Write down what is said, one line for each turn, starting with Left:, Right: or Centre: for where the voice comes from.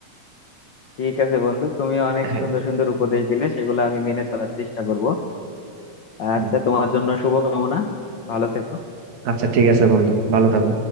Left: ঠিক আছে বন্ধু তুমি অনেক
Right: হ্যাঁ
Left: সুন্দর সুন্দর উপদেশ দিলে সেগুলো আমি মেনে চলার চেষ্টা করব
Right: হুম।
Left: আচ্ছা তোমার জন্য শুভকামনা ভালো থেকো
Right: আচ্ছা ঠিক আছে বন্ধু ভালো থাকো